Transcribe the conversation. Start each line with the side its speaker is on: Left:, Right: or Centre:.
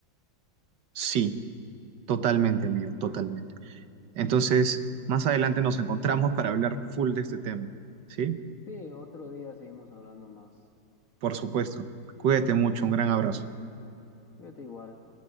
Right: Sí, totalmente, amigo, totalmente. Entonces, más adelante nos encontramos para hablar full de este tema, ¿sí?
Left: Sí, otro día seguimos hablando más.
Right: Por supuesto. Cuídate mucho, un gran abrazo.
Left: Fíjate igual.